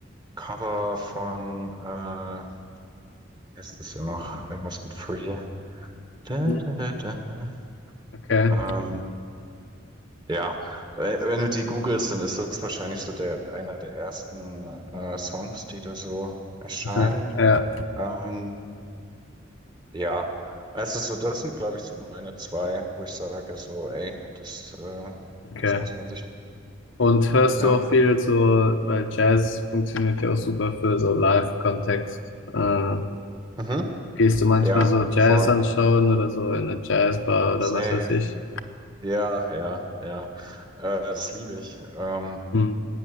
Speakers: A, on the right (about 20°); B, on the left (about 65°).
A: Cover von, äh, ist es ist ja noch irgendwas mit Free. Da,
B: mhm.
A: da, da, da.
B: okay,
A: Ähm, Ja, äh, wenn du die googelst, dann ist das wahrscheinlich so der, einer der ersten äh, Songs, die da so erscheinen.
B: aha, ja,
A: Ähm, ja, also so das sind, glaube ich, so meine zwei, wo ich sage so, ey, das, äh,
B: okay.
A: das muss man sich.
B: Und hörst
A: Ja.
B: du auch viel so, weil Jazz funktioniert ja auch super für so Live-Kontext. Äh,
A: Mhm.
B: gehst du manchmal
A: Ja,
B: so Jazz
A: voll.
B: anschauen oder so in eine Jazzbar oder
A: Safe.
B: was weiß ich?
A: Ja, ja, ja. Äh, das liebe ich. Ähm,
B: Mhm.